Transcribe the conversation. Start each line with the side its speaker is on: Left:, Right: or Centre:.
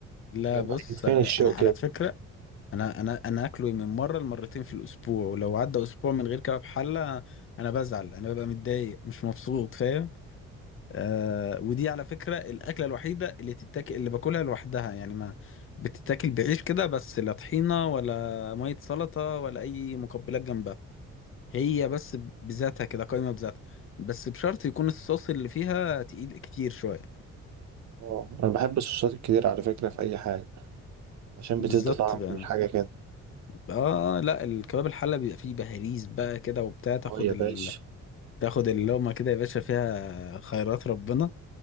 Left: لا
Right: لما
Left: بص
Right: يتفين
Left: انا
Right: الشوق
Left: على
Right: كده
Left: فكرة انا انا انا اكله من مرة لمرتين في الاسبوع ولو عدى اسبوع من غير كباب حلة انا بزعل انا ببقى متضايق مش مبسوط فاهم آه ودي على فكرة الأكلة الوحيدة اللي تتاكل اللي باكلها لوحدها يعني ما بتتاكل بعيش كده بس لا طحينة ولا مية سلطة ولا أي مقبلات جنبها هي بس بذاتها كده قايمة بذاتها بس بشرط يكون الصوص اللي فيها تقيل كتير شوية
Right: اه انا بحب الصوصات الكتير على فكرة في اي حاجة عشان بتدي
Left: بالظبط
Right: طعم
Left: بقى
Right: للحاجة كده
Left: اه لا الكباب الحلة بيبقى فيه بهاريز بقى كده وبتاع تاخد
Right: اه يا
Left: ال...
Right: باشا
Left: تاخد اللقمة كده يا باشا فيها خيرات ربنا